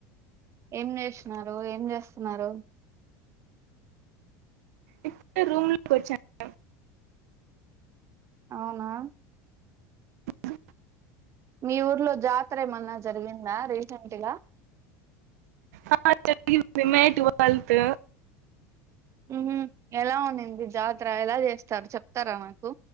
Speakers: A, on the right; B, on the right.
A: ఏం చేసినారు ఏం చేస్తున్నారు
B: ఇప్పు రూమ్ లోకి వచ్చాను
A: అవునా
B: ఇ
A: మీ ఊర్లో జాతర ఏమన్నా జరిగిందా రీసెంట్గా
B: ఆ జరిగింది మే ట్వల్త్
A: హ్మ్ ఎలా ఉన్నింది జాతర ఎలా చేస్తారు చెప్తారా నాకు